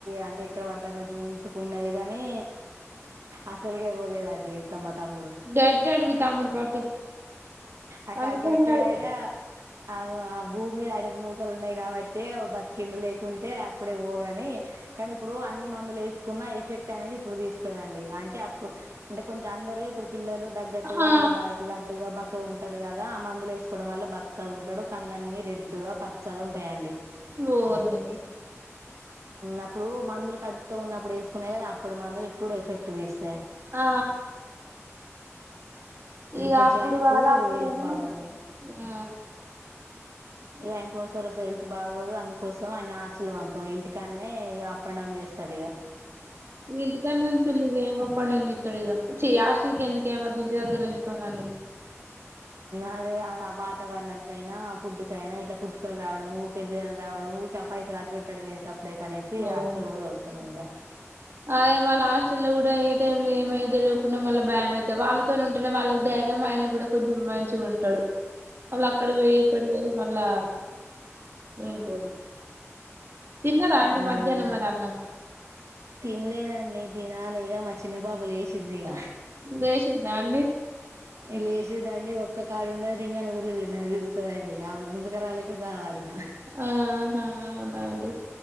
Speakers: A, on the right; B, on the right.
A: అంటే ఎక్కడ పడితే అక్కడ జూన్స్కున్నది కాని అసలు అబ్బో లేదు అండి తమ తమ్ముడు
B: గట్టాడు మీ తమ్ముడు పట్టు
A: అక్క
B: అందుకే
A: గట్డయినా
B: అన్నాడు
A: ఆ ఆ భూమి మీద ఆయనకు నూకలు ఉన్నాయి కాబట్టి బతికిం లేకుంటే అప్పుడే పోగాని కానీ ఇప్పుడు అన్ని మందులు వేసుకున్న ఎఫెక్ట్ అనేది ఇప్పుడు తీస్తుందిండి అంటే అప్పుడు అంటే కొంచెం అందరుూ ఇప్పుడు పిల్లలు తగ్గట్టుగాంటే
B: ఆ
A: బా ఇ లడ్డుగా బక్కగా ఉంట ట్టారు కదా ఆ మందులు వేసుకోవడం వల్ల బక్కగా ఉంటాడు కళ్లన్నీ రెడ్డుగా పచ్చగా ఉంటాయండి
B: ఓరీనీ
A: అప్పుడు మందులు కడుపుత ఉన్నప్పుడు వేసుకునే అప్పుడు మందులు ఇప్పుడు ఎఫెక్ట్ తీస్తారు
B: ఆ ఇగ
A: కొంచెం
B: అప్పుడు
A: ఆయనకు
B: బాధ అప్పుడేనే
A: వెల్త్ బాగుండదు
B: ఆ
A: ఇ ఆయన కోస ర హెల్త్ బాగోదు అందుకోసం ఆయన ఆస్టలు పంపం ఇంటికానేక అప్ అండ్ డౌన్ చేస్తాడు ఇగ
B: ఇ దకా చల్ ఇ ఏమప్పం నిడు ఇదచ్చ హస్ల్ క ఎందకు ఏమ ద ఇ దగ్గర నుంచిుకోమనడి
A: అదే ఆ వాతావరణంకైనా ఆ ఫుడ్ కైనా ఇట్లా కుతుకలు రావడం ఊకేజ రా వ పైసలు అటు పెట్టడం వే అప్పుడే కనేసి హాస్టల్
B: ఓ
A: కూడా వొలుతాం ఇక
B: అదే వాళ్ళ హాస్ట లో కూడా ఏ టైమ్ లో ఏమైద్యలు కు మళ్ల భయం అవుత వాళ్ళతోనే ఉంటేనే వాళ్ళకి ధైర్యం ఆయన కూడా కొంచెం మంచిగా ఉంటాడు వాళ్ళ అక్కడ పోయి ఇక్కడ పోయి మళ్ళా ఏంకోదు తిన్నారా అండి
A: అవునండి
B: మధ్యాహ్నం మర అన్నం
A: తినలేదండి తినాలి ఇక మా చిన్న పాప లేచింది ఇక
B: లేషిందా అండి
A: లేచిందండి ఒక్క కాడ ఉండదు ఇం ఉరు తిరుతుందింది ఇక గుంజుకరాలెక చావలి ఇగ
B: ఆహా అవునండి